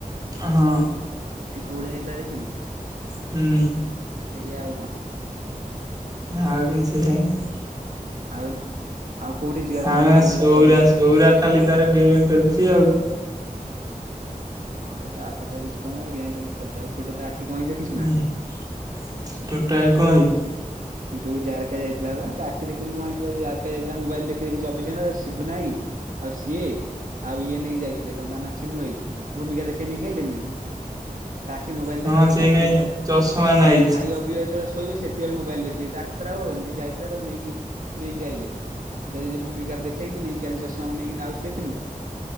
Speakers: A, on the right; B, on the right.
A: ହଁ।
B: ସେ କୋଉ ଭଳିଆ ହେଇଥିଲା ଦେଖିନୁ।
A: ହୁଁ।
B: ଏଇଆ ଆଉ କଣ?
A: ଆଉ କିଛି ନାହିଁ।
B: ଆଉ ଆଉ କୋଉଠି ଯିବା କହୁନା
A: ଆମେ
B: କୋଉଠି
A: ସୌରା
B: ଗୋଟା କରିବା।
A: ସୌରା ଖାଲି ତାର ଗେମ୍ ଖେଳୁଚି ଆଉ।
B: ହଁ ତ ତା ବାପା ତାକୁ କିଛି କୋହୁନି ତା ଗେମ୍ ଖେଳୁଚି ଖେଳୁଥାଉ ଗୋଟେ ତା ଆଖି କଣ ହେଇଛି ଦେଖିଛୁ
A: ଉଁ
B: ନା?
A: <unintelligible> କଣ ହେଇଚି?
B: ଯୋଉ ଜାରକା ଯାଇଥିଲା ବା ତା ଆଖି ଦେଖିନୁ କଣ ହେଇଥିଲା ଯୋଉ ଜାରକା ଯାଇଥିଲା ମୋବାଇଲ ଦେଖି ଦେଖି ଚବିଶ ଘଣ୍ଟା ତା ଶିବୁନାଆଇ ଆଉ ସିଏ ଆଉ ଇଏ ନେଇକି ଯାଇଥିଲେ ଯାଇଥିଲେ ତା ନା ଚିିନୁଭାଇ ଭୂମିକା ଦେଖେଇ ନେଇକି ଆଇଲେନି କି? ତା ଆଖି ମୋବାଇଲ
A: ହଁ
B: ଦେଖି ଦେଖି
A: ସେଇ
B: ତାଖି
A: ନାଇ
B: ଯୋଉ ଖରା
A: ଚଷମା ନାଇଛି।
B: ତମେ ଖାଇବ ପିଇବା ଯେତେବେଳେ ଶୋଇବ ସେତିକିବେଳେ ମୋବାଇଲ ଦେଖି ତା ଆଖି ଖରାପ ହବନି ସେ ଯାଇଥିଲା ତାକୁ ନେଇକି ନେଇକି ଆଇଲେ। <unintelligible> ଭୂମିକାର ଦେଖେଇକି ନେଇକି ଆଲି ଚଷମା ନେଇକି ଆଉଛି ଦେଖିନୁ।